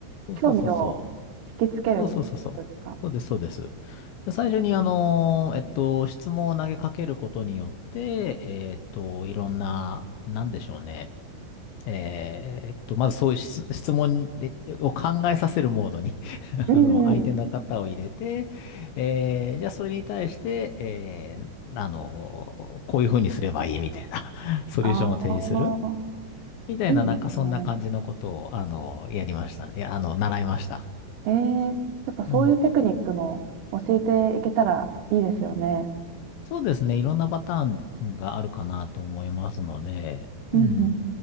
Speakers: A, on the left; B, on the right.
A: そうそうそうそう。
B: 興味を引きつけるみたいなことですか
A: そうそうそうそう。そうです、そうです。で最初に、あのーえっと、質問を投げかけることによって、えーっと、いろんな、なんでしょうね。えーえっと、まずそういう質、質問でを考えさせるモードに <laughs>
B: うん。
A: あの、相手の方を入れて、えーじゃあそれに対して、えーあの、こういうふうにすればいいみたいな <laughs>、ソリューションを提示する
B: ああ、
A: みたいな、
B: いいですね。
A: なんかそんな感じのことを、あの、やりました。いや、あの、習いました。
B: えー、やっぱそういうテクニックも教えていけたらいいですよね。
A: うん。そうですね。いろんなパターンがあるかなと思いますので、
B: うん
A: うん。